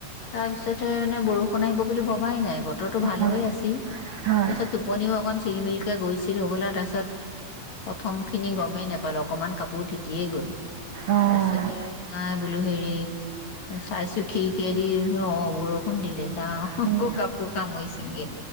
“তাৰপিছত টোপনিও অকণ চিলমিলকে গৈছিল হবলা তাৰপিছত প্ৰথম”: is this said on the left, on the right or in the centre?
Left